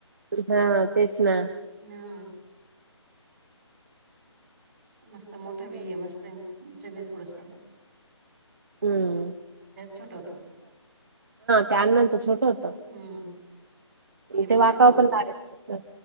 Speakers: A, on the right; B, on the right.
A: हां, तेच नां.
B: नां. मस्त मोठं भी आहे. मस्त उंच भी आहे थोडंसं.
A: हम्म
B: छोटं होतं
A: त्या अण्णांचं छोटं होत
B: हम्म हे मोठे
A: ते वाकाव
B: आहे मस्त
A: पण लागायच